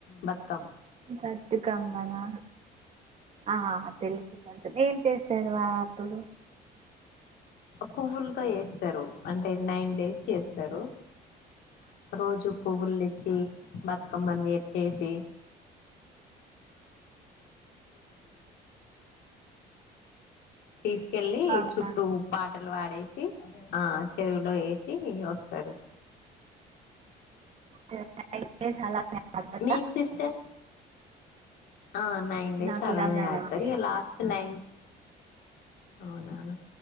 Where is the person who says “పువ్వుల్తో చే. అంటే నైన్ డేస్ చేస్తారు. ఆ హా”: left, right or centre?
Left